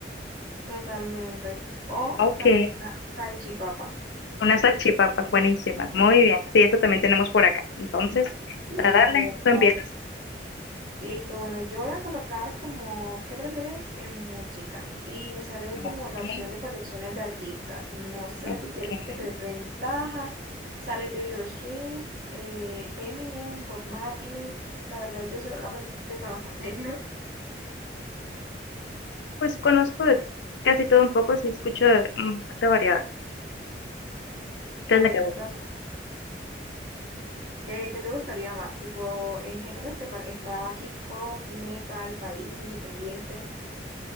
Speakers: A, on the right (about 55°); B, on the left (about 80°).
A: totalmente. O
B: Ok,
A: también una salchipapa.
B: unas salchipapas buenísimas. Muy bien. Sí, eso también tenemos por acá. Entonces,
A: Listo,
B: para darle,
A: ya está.
B: tú empiezas.
A: Listo, bueno, yo voy a colocar como, ¿qué prefieres en música? Y me sale
B: Ok,
A: como la opción de colecciones de artistas. No sé
B: ok.
A: si quieres que te dé ventaja. Sale Taylor Swift, eh, Eminem, Bob Marley. La verdad, yo solamente <laughs> conozco a Taylor.
B: Pues conozco de casi todo un poco, sí escucho de, mm, mucha variedad. ¿Qué
A: A
B: es la
A: ver,
B: que gusta?
A: vas- ¿Qué, qué te gustaría más? Tipo, en géneros te par- está hip hop, metal, país, independiente.